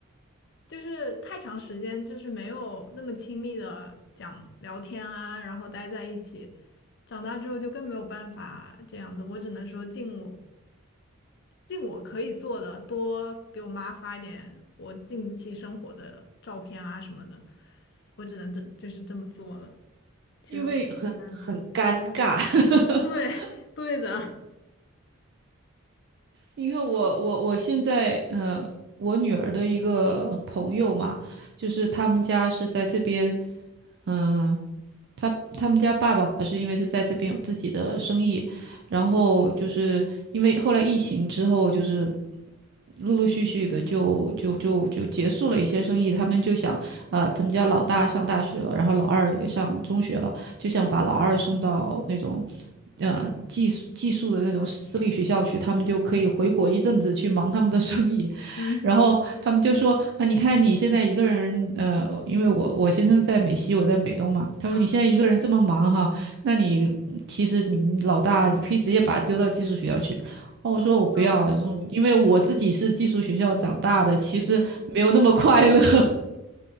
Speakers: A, on the left; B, on the right.
A: 就是太长时间，就是没有那么亲密的讲聊天啊，然后待在一起。长大之后就更没有办法这样子，我只能说尽我尽我可以做的，多给我妈发一点我近期生活的照片啊什么的，我只能这就是这么做了，
B: <laughs>
A: 其他我也没办法。
B: 因为很很尴尬。
A: <laughs>
B: <laughs>
A: 对，对的，
B: 你看我我我现在呃，我女儿的一个朋友嘛，就是他们家是在这边，嗯、他他们家爸爸是因为是在这边有自己的生意，然后就是因为后来疫情之后，就是陆陆续续的就就就就结束了一些生意，他们就想啊、他们家老大上大学了，然后老二也上中学了，就想把老二送到那种。呃，寄宿寄宿的那种私立学校去，他们就可以回国一阵子去忙他们的生意，
A: 嗯
B: 然后他们就说啊，你看你现在一个人，呃，因为我我先生在美西，我在美东嘛，他说你现在一个人这么忙哈，
A: 嗯
B: 那你其实你老大你可以直接把他丢到寄宿学校去。哦，我说我不要，
A: 啊，
B: 因为我自己是寄宿学校长大的，其实没有那么快乐。
A: 是的。
B: <laughs>